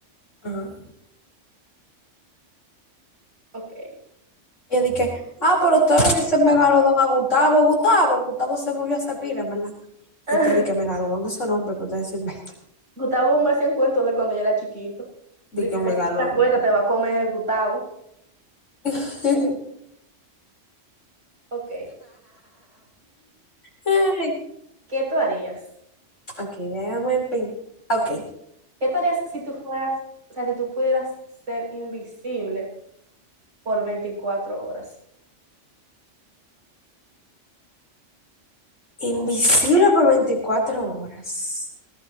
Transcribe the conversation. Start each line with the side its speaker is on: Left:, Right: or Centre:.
Left: Ajá.
Right: Ok.
Left: Y yo dije, ah, pero ustedes le dicen megalodón a Gustavo, Gustavo, Gustavo se murió hace pila, en ¿verdad?
Right: <laughs>
Left: Y usted dice megalodón, esos nombres que ustedes se inventan.
Right: Gustavo me hacía un cuento de cuando yo era chiquito. De
Left: Dije
Right: que,
Left: megalodón.
Right: que si no te acuestas te va a comer Gustavo.
Left: <laughs>
Right: Ok,
Left: Ay,
Right: ¿qué tú harías?
Left: Ok, déjame. pen- Ok.
Right: ¿Qué tú harías si tú fueras, o sea, si tú pudieras ser invisible por 24 horas?
Left: Invisible por 24 horas.